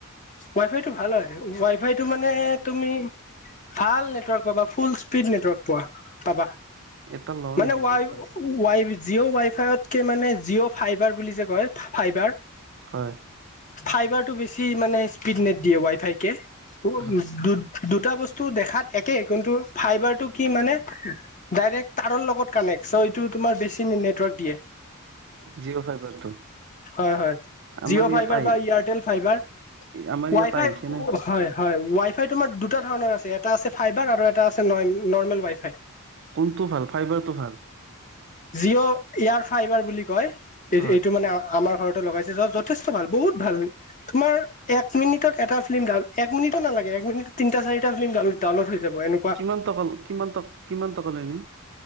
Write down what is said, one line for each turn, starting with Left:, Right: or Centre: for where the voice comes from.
Left: ৱাই-ফাইটো ভাল হয়, ৱাই-ফাইটো মানে তুমি ভাল নেটৱৰ্ক পাবা, ফুল স্পীড নেটৱৰ্ক পোৱা, পাবা।
Right: এটা লওঁ
Left: মানে
Right: নেকি
Left: ৱাই
Right: মই ভাল
Left: ৱাই জিঅ' ৱাই-ফাইতকে মানে জিঅ' ফাইবাৰ বুলি যে কয় ফাইবাৰ
Right: হয়।
Left: ফাইবাৰটো বেছি মানে স্পীড নেট দিয়ে, ৱাই-ফাইকে
Right: হয়।
Left: দুটা বস্তু দেখাত একে কিন্তু ফাইবাৰতটো কি মানে ডাইৰেক্ট তাৰৰ লগত কানেক্ট, চ' এইটো তোমাৰ বেছি নেটৱৰ্ক দিয়ে।
Right: জিঅ'
Left: হয়,
Right: ফাইবাৰটো
Left: হয়। জিঅ' ফাইবাৰ
Right: আমাৰ
Left: বা
Right: ইয়াত আহি
Left: এয়াৰটেল ফাইবাৰ।
Right: আমাৰ
Left: ৱাই-ফাই
Right: ইয়াত আহিছে
Left: ও
Right: নে?
Left: ও হয়। হয়। ৱাই-ফাই তোমাৰ দুটা ধৰণৰ আছে, এটা আছে ফাইবাৰ আৰু এটা আছে নৰ্মেল ৱাই-ফাই।
Right: কোনটো ভাল? ফাইবাৰটো ভাল?
Left: জিঅ' এয়াৰ ফাইবাৰ বুলি কয়। এই
Right: হয়।
Left: এইটো মানে আমাৰ ঘৰতে লগাইছে, য যথেষ্ট ভাল, বহুত ভাল। তোমাৰ এক মিনিটত এটা ফিল্ম ডাউন, এক মিনিটত নালাগে। এক মিনিটত তিনটা-চাৰিটা ফিল্ম ডাউলড হৈ যাব এনেক
Right: কিমান টকা, কিমান টক কিমান টকা লয় নো?